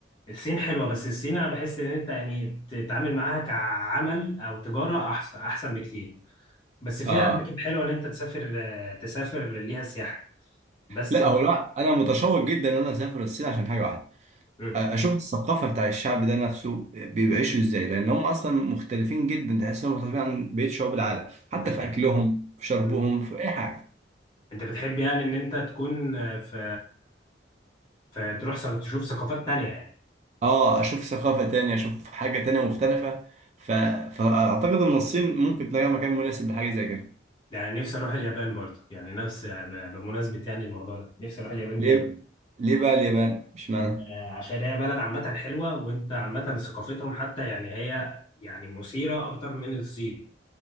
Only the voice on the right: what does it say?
اه
لا
هو لا انا متشوق جدا ان انا اسافر الصين عشان حاجه واحده
آه، اشوف الثقافه بتاع الشعب ده نفسه بيعيشوا ازاي لان هم اصلا مختلفين جدا تحس انهم مختلفين عن بقيه شعوب العالم حتى
في اكلهم في شربهم
في اي حاجه
اه اشوف ثقافة تانية اشوف حاجة تانية مختلفة ف... فاعتقد ان الصين ممكن تلاقي مكان مناسب لحاجة زي كده
ليه
ليه بقى اليابان مش
معنى